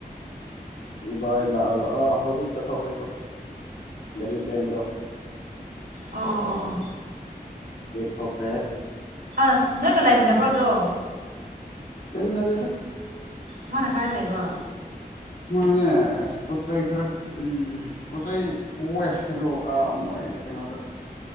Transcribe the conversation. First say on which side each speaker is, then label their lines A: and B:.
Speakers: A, on the left (about 80°); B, on the right (about 85°).
A: ꯚꯥꯏ ꯂꯥꯛꯑꯒ ꯑꯥ ꯍꯧꯖꯤꯛ ꯆꯠꯊꯣꯛꯈ꯭ꯔꯦ ꯇꯧ ꯔꯤ ꯆꯦꯟꯗ
B: ꯑꯣ ꯑꯣ ꯑꯣ ꯑꯣ
A: ꯦꯛ ꯊꯈ꯭ꯔꯦ <inaudible>
B: ꯑ ꯅꯣꯏꯒ ꯂꯩꯃꯤꯟꯅꯕ꯭ꯔꯣ ꯑꯗꯣ
A: ꯂꯩꯃꯤꯟꯅꯗꯗꯣ
B: ꯃꯥꯅ ꯀꯥꯏ ꯂꯩꯑꯕ
A: ꯃꯥꯅꯦ ꯑ ꯄꯣꯠ ꯆꯩꯩ ꯈꯔ ꯎꯝ ꯄꯣꯠ ꯆꯩ ꯄꯑꯦ ꯑꯗꯣ ꯀꯩꯅꯣꯗ